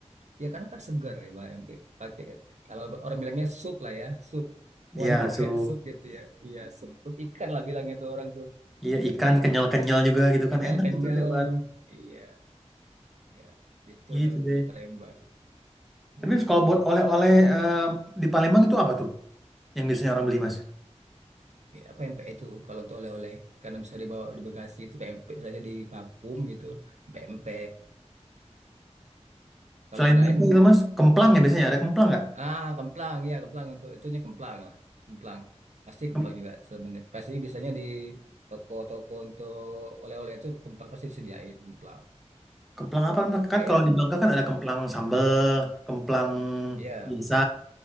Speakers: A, on the right; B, in the centre.
A: ya karena kan segar ya, Pak, yang pakai, pakai kalau orang bilangnya sup lah ya, sup. Kuahnya
B: Iya
A: tuh
B: so
A: kayak sup gitu ya. Iya, sup, sup ikan lah bilangnya tuh orang tuh.
B: iya
A: Tapi
B: ikan kenyal-kenyal juga gitu
A: kenyal-kenyal.
B: kan enak gitu tekwan.
A: Iya, ya. Gitu
B: Gitu
A: kalau untuk
B: deh.
A: di Palembang. Mm-mm.
B: Tapi kalau buat oleh-oleh eh, di Palembang itu apa tuh yang biasanya orang beli Mas?
A: Ya, PMPE itu kalau untuk oleh-oleh karena bisa dibawa di bagasi itu PMP saja di vakum gitu PMP kalau
B: Selain
A: yang lain
B: tempe itu mas, kemplang ya biasanya ada kemplang nggak?
A: ah kemplang ya kemplang untuk itunya kemplang lah kemplang pasti kemplang
B: Kem-
A: juga sebenarnya pasti biasanya di toko-toko untuk oleh-oleh itu kemplang pasti disediain kemplang
B: Kemplang apa mas? Kan
A: kayak
B: kalau di Bangka kan ada
A: kem
B: kemplang sambel, kemplang
A: ya
B: biasa,